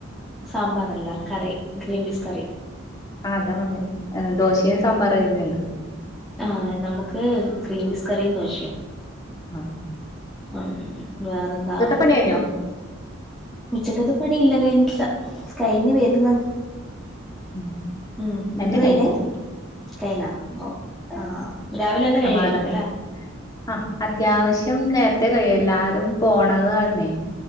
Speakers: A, in the centre; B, on the left.
A: സാമ്പാറല്ല കറി ഗ്രീൻ പീസ്‌കറി
B: ആ അതാ പറഞ്ഞത് ദോശയും സമ്പാറായിരുന്നു ഞങ്ങക്ക്
A: ആ നമുക്ക് ഗ്രീൻപീസ് കറിയും ദോശയും
B: ആ
A: ഉം വേറെന്താ
B: പണി കഴിഞ്ഞോ
A: ഉച്ചക്കത്ത പണി ഇല്ല കഴിഞ്ഞിട്ടില്ല കഴിഞ്ഞ് വരുന്നു
B: ഉം,
A: ഉം നിന്റത്
B: എന്റെ
A: കയിഞ്ഞോ
B: കഴിഞ്ഞു
A: കഴിഞ്ഞ ഓ ആ രാവിലെ തന്നെ
B: സമാധാനം
A: കഴിയുമായിരിക്കും അല്ലെ
B: ആ അത്യാവശ്യം നേരത്തെ കയിയോല്ലോ എല്ലാരും പോണത് കാരണെ